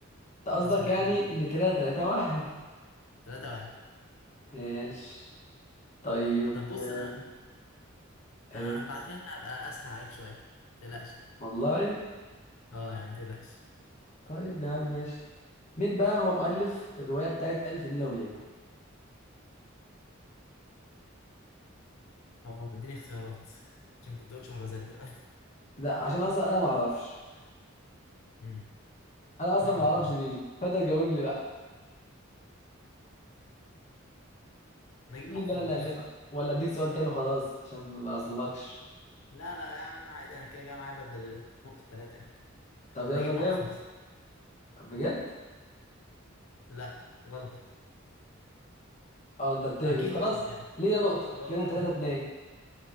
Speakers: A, on the left; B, on the left.
A: انت
B: الكالسيوم
A: قصدك
B: دايما
A: يعني
B: بيبقى
A: ان كده 3 واحد
B: 3 واحد
A: ماشي طيب
B: طب بص
A: آه،
B: انا
A: ايه
B: انا بعد كده هبقى اسهل عليك شويه متقلقش يعني
A: والله
B: اه يعني متقلقش
A: طيب يا عم ماشي مين بقى هو مؤلف الروايه بتاعت الف ليله وليله
B: اه اديني اختيارات عشان كنت اقول شهرزاد دلوقتي
A: لا عشان اصلا انا ما اعرفش
B: <laughs> مم.
A: انا اصلا
B: يا نهار
A: ما اعرفش
B: ابيض
A: مين فانت جاوب لي بقى
B: <laughs> نجيب
A: مين
B: محفوظ
A: بقى اللي الفها ولا اديك سؤال تاني وخلاص عشان ما اظلمكش
B: لا لا يا عم عادي انا كده كده معايا بدل النقطة ثلاثة يعني
A: طب يلا
B: نجيب محفوظ
A: جاوب بجد
B: لا غلط
A: اه انت بتهبط
B: اكيد
A: خلاص
B: غلط يعني
A: ليا نقطه
B: اه
A: كده 3 2